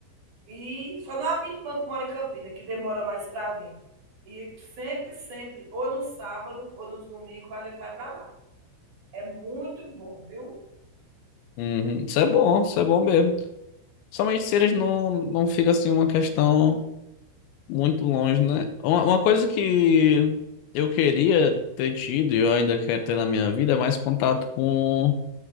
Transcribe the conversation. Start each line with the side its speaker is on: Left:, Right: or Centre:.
Right: E só não a minha irmã que mora em Campina, que demora mais para vir. E sempre, sempre, ou no sábado ou nos domingos, a gente vai para lá. É muito bom, viu?
Left: Uhum. Isso é bom, isso é bom mesmo. Somente se eles não, não fica assim uma questão muito longe, né? Uma, uma coisa que eu queria ter tido e eu ainda quero ter na minha vida é mais contato com